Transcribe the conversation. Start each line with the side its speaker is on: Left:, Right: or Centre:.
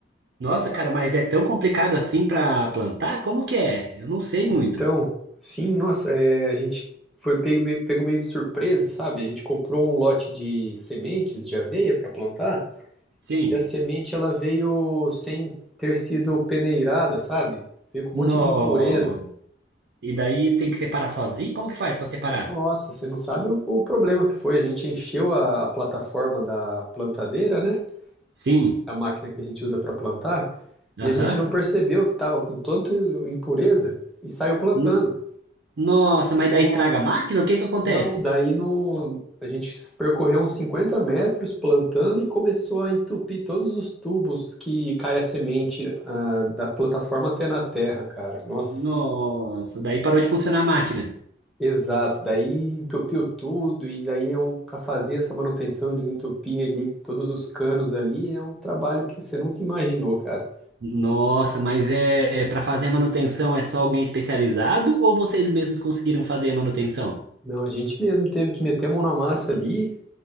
Right: Nossa, cara, mas é tão complicado assim pra plantar? Como que é? Eu não sei muito.
Centre: Então, sim, nossa, é, a gente foi pego, me- pego meio de surpresa, sabe? A gente comprou um lote de sementes de aveia para plantar
Right: Sim.
Centre: e a semente ela veio sem ter sido peneirada, sabe? Veio com
Right: No.
Centre: um monte de impureza.
Right: E daí tem que separar sozinho? Como que faz pra separar?
Centre: Nossa, você não sabe o, o problema que foi. A gente encheu a, a plataforma da plantadeira, né?
Right: Sim.
Centre: A máquina que a gente usa para plantar e
Right: Aham.
Centre: a gente não percebeu que estava com tanto impureza e saiu plantando.
Right: No- Nossa, mas
Centre: Nossa.
Right: daí estraga a máquina? O que que acontece?
Centre: Não, daí no, a gente percorreu uns 50 metros plantando e começou a entupir todos os tubos que cai a semente, ah, da plataforma até na terra, cara. Nossa,
Right: Nossa, daí parou de funcionar a máquina.
Centre: exato. Daí entupiu tudo e daí é um, para fazer essa manutenção e desentupir ali todos os canos ali é um trabalho que você nunca imaginou, cara.
Right: Nossa, mas é, é para fazer a manutenção é só alguém especializado ou vocês mesmos conseguiram fazer a manutenção?
Centre: Não, a gente mesmo teve que meter a mão na massa ali,